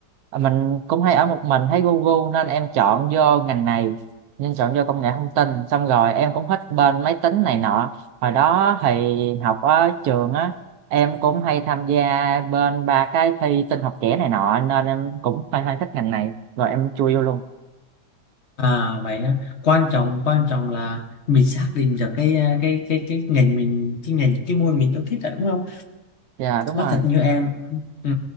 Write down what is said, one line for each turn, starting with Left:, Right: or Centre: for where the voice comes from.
Right: À, mình cũng hay ở một mình thấy Google nên em chọn vô ngành này nên chọn vô công nghệ thông tin xong rồi em cũng thích bên máy tính này nọ hồi đó thì học ở trường á em cũng hay tham gia bên ba cái thi tin học trẻ này nọ nên em cũng hay hay thích ngành này rồi em chui vô luôn
Left: À vậy á, quan trọng quan trọng là mình xác định được cái à, cái cái cái ngành mình cái ngành cái môn mình yêu thích là đúng không?
Right: dạ đúng
Left: Nói
Right: rồi
Left: thật như em ừ,